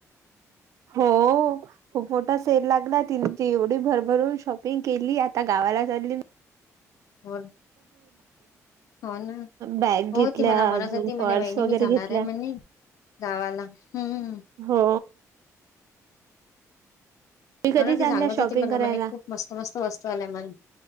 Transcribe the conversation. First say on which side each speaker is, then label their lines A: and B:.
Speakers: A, on the right; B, on the left.
A: हो खूप मोठा सेल लागला त एवढी भरभरून शॉपिंग केली आता गा... <unintelligible>
B: हो हो ना
A: बॅग
B: हो
A: घेतल्या
B: ती मला म्हणत
A: अजून
B: होती म्हणे
A: पर्स
B: वहिणी
A: वगैरे
B: मी जाणार.
A: घेतल्या
B: <unintelligible> गावाला. हम्म
A: हो.
B: हो
A: कधी
B: ना
A: चालल्या
B: ती सांगत
A: शॉपिंग
B: होती मला
A: करायला
B: म्हणे खूप मस्त मस्त वस्तू आल्या म्ह